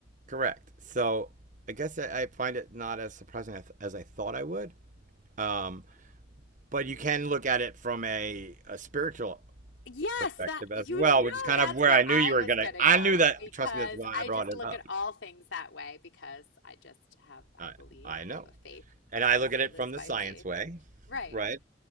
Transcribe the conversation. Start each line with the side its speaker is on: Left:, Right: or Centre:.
Right: Correct. So I guess I, I find it not as surprising as, as I thought I would. Um, but you
Left: W-
Right: can look at it from a, a spiritual
Left: Yes,
Right: perspective
Left: that
Right: as
Left: you
Right: well,
Left: knew
Right: which is kind
Left: that's
Right: of where
Left: where
Right: I knew
Left: I
Right: you
Left: was
Right: were gonna.
Left: gonna
Right: I
Left: go
Right: knew that.
Left: because
Right: Trust me, that's why
Left: I
Right: I brought
Left: just
Right: it
Left: look
Right: up.
Left: at all things that way because I just have I
Right: I,
Left: believe
Right: I
Left: and
Right: know,
Left: I'm a faith
Right: and
Left: a person
Right: I look at it
Left: who lives
Right: from the
Left: by
Right: science
Left: faith.
Right: way,
Left: Right.
Right: right?